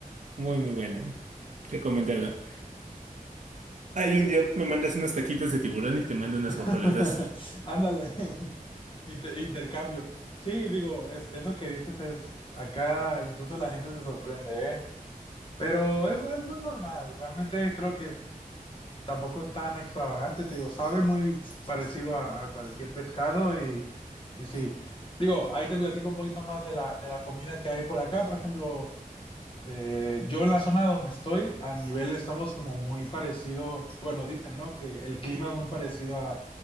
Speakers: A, on the right (about 55°); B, on the left (about 35°).
A: Muy, muy buena. Recomendada. Ay, un día me mandas unos taquitos de tiburón y te mando unas
B: <laughs>
A: guajolotas.
B: Ándale. Inter- intercambio. Sí, digo, es, eso que dices es, acá incluso la gente se sorprende, ¿eh? Pero es, es muy normal, realmente creo que tampoco es tan extravagante, te digo, sabe muy parecido a, a cualquier pescado y, y sí. Digo, ahí te platico un poquito más de la, de la comida que hay por acá, por ejemplo, eh, yo en la zona donde estoy, a nivel estamos como muy parecido, bueno, dicen, ¿no? Que el clima es muy parecido a,